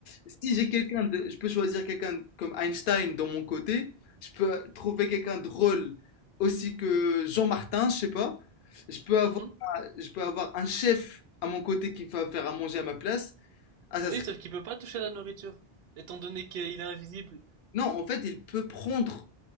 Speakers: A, on the left; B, on the right.
A: Si j'ai quelqu'un de... Je peux choisir quelqu'un comme Einstein dans mon côté. Je peux trouver quelqu'un de drôle aussi que Jean Martin, je sais pas. Je peux avoir,
B: Mhm.
A: je peux avoir un chef à mon côté qui va faire à manger à ma place. Ah, ça
B: Oui,
A: serait...
B: sauf qu'il peut pas toucher à la nourriture, étant donné qu'il est invisible.
A: Non, en fait, il peut prendre